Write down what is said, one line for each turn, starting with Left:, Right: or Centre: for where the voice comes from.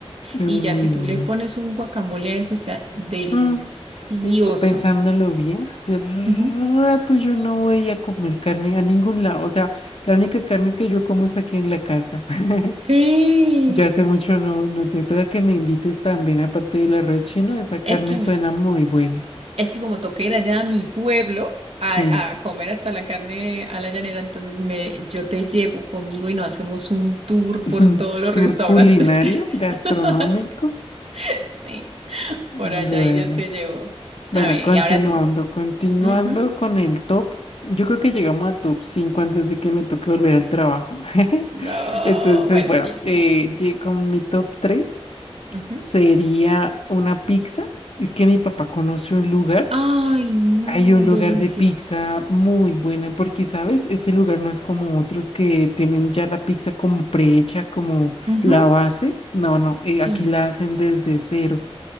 Left: Uy,
Right: Y ya si tú
Left: no.
Right: le pones un guacamole a eso, o sea, delicioso.
Left: Mm, y ya pensándolo bien, hace rato
Right: Ujú.
Left: yo no voy a comer carne a ningún lado. O sea, la única carne que yo como es aquí en la casa. <laughs>
Right: Sí,
Left: Yo hace mucho no, no te toca que me invites también, aparte del arroz chino, esa
Right: es
Left: carne
Right: que
Left: suena
Right: me-
Left: muy buena.
Right: Es que como toca ir allá a mi pueblo a,
Left: Sí,
Right: a comer hasta la carne a la llanera, entonces me, yo te llevo conmigo y nos hacemos un tour
Left: <laughs>
Right: por todos los
Left: tour
Right: restaurantes
Left: culinario,
Right: que
Left: gastronómico.
Right: <laughs> sí,
Left: Bueno,
Right: por allá y yo te llevo. A
Left: bueno,
Right: ver,
Left: continuando,
Right: y ahora tú.
Left: continuando
Right: Ujú.
Left: con el top. Yo creo que llegamos a top 5 antes de que me toque volver al trabajo. <laughs>
Right: No,
Left: Entonces,
Right: bueno,
Left: bueno,
Right: sí, sí.
Left: eh, lle- con mi top 3
Right: Ujú.
Left: sería una pizza. Es que mi papá conoce un lugar.
Right: Ay, no,
Left: Hay un
Right: delicia.
Left: lugar de pizza muy buena porque, ¿sabes? Ese lugar no es como otros que tienen ya la pizza como prehecha, como
Right: Ujú.
Left: la base. No, no, eh,
Right: Sí.
Left: aquí la hacen desde cero.